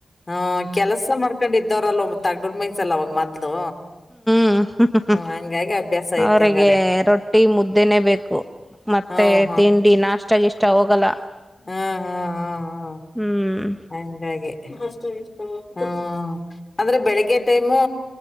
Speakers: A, on the left; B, in the centre.
A: ಹ ಕೆಲ್ಸ ಮಾಡ್ಕೊಂಡಿದ್ದವ್ರಲ್ಲ ಒ ತಗಡರ್ ಮೈನ್ಸಲ್ಲ ಅವಾಗ ಮೊದ್ಲು.
B: ಹ್ಮ್ ಹ್ಮ ಹ್ಮ
A: ಹಂಗಾಗಿ ಅಭ್ಯಾಸ ಐತಿ
B: ಅವ್ರಿಗೆ
A: ಹಂಗಾರೆ
B: ರೊಟ್ಟಿ ಮುದ್ದೆನೆೇ ಬೇಕು. ಮತ್ತೆ
A: ಹ್ಮ್
B: ತಿಂಡಿ ನಾಷ್ಟ ಗೀಷ್ಟ ಹೋಗಲ್ಲ.
A: ಹ್ಮ ಹ ಹಾ ಹಾ
B: ಹ್ಮ್
A: ಹಂಗಾಗಿ ಹ್ಮ ಅಂದ್ರೆ ಬೆಳಿಗ್ಗೆ ಟೈಮು